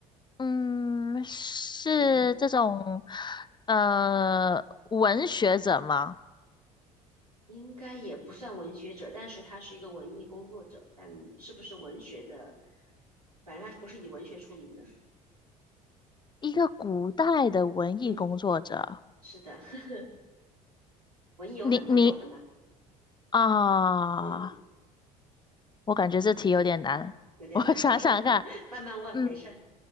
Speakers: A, on the left; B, on the right.
A: 嗯，是这种
B: 嗯，
A: 呃文学者吗？
B: 应该也不算文学者，但是他是一个文艺工作者，但是不是文学的，反正他不是以文学出名的。
A: 一个古代的文艺工作者，
B: 嗯，是的，<laughs> 文艺有很多种的嘛。
A: 你你啊，
B: 嗯，
A: 我感觉这题有点难，<laughs>
B: 有点难，
A: 我想想看，
B: 没事儿，慢慢慢问，
A: 嗯，
B: 没事儿。